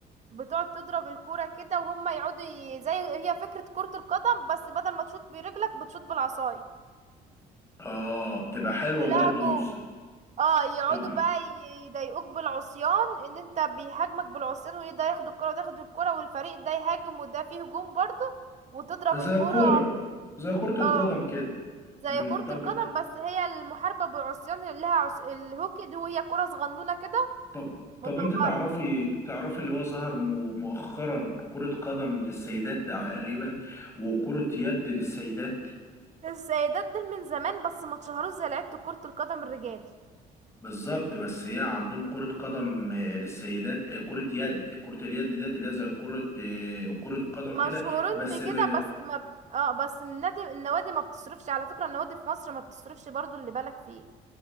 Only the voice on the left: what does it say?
اه بتبقى حلوة
برضو مس-
بتبقى
زي
الكورة زي كرة القدم
كده
مم.
طب
طب طب
انت تعرفي تعرفي اللي هو ظهر مو- مؤخرا كرة قدم للسيدات تقريبا وكرة يد للسيدات
بالظبط بس هي عندهم كرة قدم آه، للسيدات آه، كرة يد كرة اليد ديت اللي هي زي كرة آه، كرة القدم
كده بس
بال